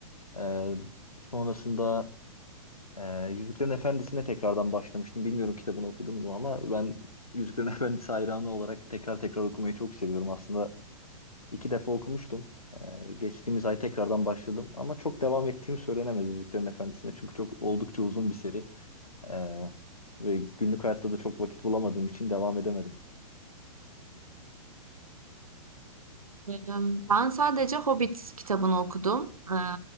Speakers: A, on the left; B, on the right.
A: Ee, sonrasında e, Yüzüklerin Efendisi'ne tekrardan başlamıştım. Bilmiyorum kitabını okudun mu ama ben Yüzüklerin <laughs> Efendisi hayranı olarak tekrar tekrar okumayı çok seviyorum. Aslında iki defa okumuştum. Ee, geçtiğimiz ay tekrardan başladım ama çok devam ettiğim söylenemez Yüzüklerin Efendisi'ne çünkü çok oldukça uzun bir seri. Ee, ve günlük hayatta da çok vakit bulamadığım için devam edemedim.
B: Em, Ben sadece Hobbit kitabını okudum. Ee,